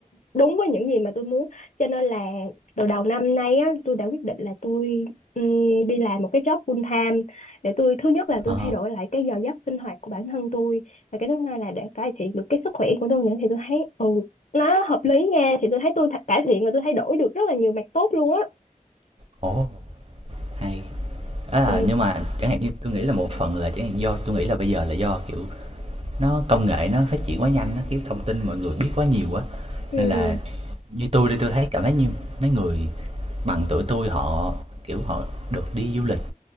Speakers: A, on the left; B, on the right.
A: đúng với những gì mà tôi muốn cho nên là từ đầu năm nay á tôi đã quyết định là tôi ừm, đi làm một cái job full time để tôi thứ nhất là tôi
B: Ờ,
A: thay đổi lại cái giờ giấc sinh hoạt của bản thân tôi và cái thứ hai là để cải thiện được cái sức khỏe của tôi nữa thì tôi thấy ừ nó hợp lý nha thì tôi thấy tôi th- cải thiện và tôi thấy đổi được rất là nhiều mặt tốt luôn á
B: ồ, hay. Đó là
A: ừ
B: nhưng mà chẳng hạn như tôi nghĩ là một phần là chẳng hạn do tôi nghĩ là bây giờ là do, kiểu, nó công nghệ nó phát triển quá nhanh á, kiểu thông tin mọi người biết quá nhiều quá.
A: ừ
B: nên là như tôi đi, tôi thấy cảm thấy như mấy người bằng tuổi tôi họ, kiểu, họ được đi du lịch